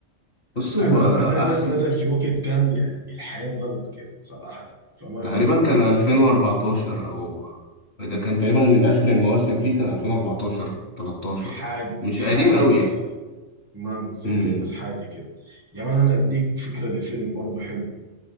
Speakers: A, on the left (about 55°); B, on the right (about 15°).
A: بص
B: لأنه
A: هو
B: لما نزل
A: احسن
B: نزل في وقت كان يعني الحياة ضغط كده صراحة فما
A: تقريبا
B: ما كملت
A: كان 2014 او ده كان تقريبا من اخر المواسم فيه كان 2014 13
B: حاجة
A: مش
B: حاجة
A: قديم قوي
B: كده
A: يعني
B: ما متذكر
A: امم
B: بس حاجة كده يا مان أنا أديك فكرة لفيلم برضه حلو